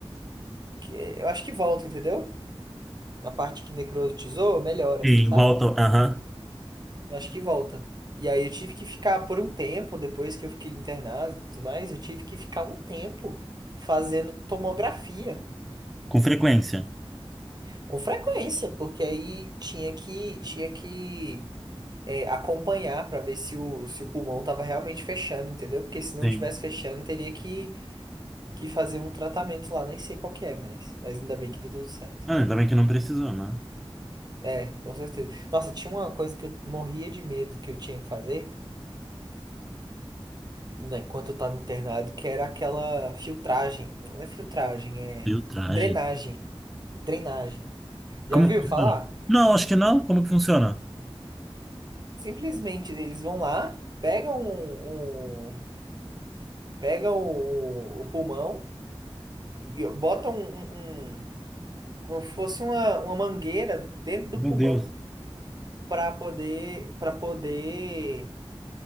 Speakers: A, on the right; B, in the centre.
A: Que eu acho que volta, entendeu? A parte que necrotizou, melhora,
B: Sim,
A: sabe?
B: volta, aham,
A: Eu acho que volta. E aí eu tive que ficar por um tempo, depois que eu fiquei internado e tudo mais, eu tive que ficar um tempo fazendo tomografia.
B: com frequência.
A: Com frequência, porque aí tinha que, tinha que é, acompanhar para ver se o, se o pulmão estava realmente fechando, entendeu? Porque se não
B: Sim.
A: tivesse fechando, teria que, que fazer um tratamento lá, nem sei qual que é, mas, mas ainda bem que deu tudo certo.
B: Ah, ainda bem que não precisou, né?
A: É, com certeza. Nossa, tinha uma coisa que eu morria de medo que eu tinha que fazer né, enquanto eu tava internado, que era aquela filtragem. Não é filtragem, é
B: Filtragem.
A: drenagem. Drenagem. Já
B: Como
A: viu
B: que funciona?
A: falar?
B: Não, acho que não. Como que funciona?
A: Simplesmente eles vão lá, pegam um, um- pegam o, o pulmão e botam um, um- como fosse uma, uma mangueira dentro do
B: Meu
A: pulmão
B: Deus.
A: para poder para poder